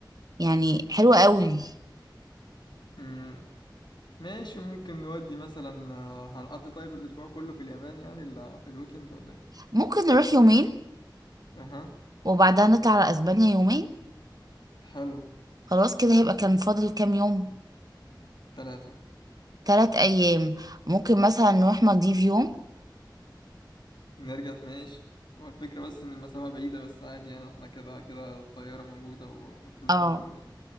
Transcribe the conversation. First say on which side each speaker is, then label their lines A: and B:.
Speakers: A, on the right (about 50°); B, on the left (about 70°).
A: يعني حلوة قوي
B: مم. ماشي ممكن نودي مثلا آه، هنقضي طيب الأسبوع كله في اليابان يعني ولا في الويكند ولا إيه؟
A: ممكن نروح يومين
B: أها
A: وبعدها نطلع على اسبانيا يومين
B: حلو
A: خلاص كده هيبقى كان فاضل كام يوم
B: ثلاثة
A: تلات ايام ممكن مثلا نروح مالديف يوم
B: نرجع ماشي هو الفكرة بس إن المسافة بعيدة بس عادي يعني إحنا كده كده الطيارة موجودة و- والفلوس
A: اه
B: موجودة يعني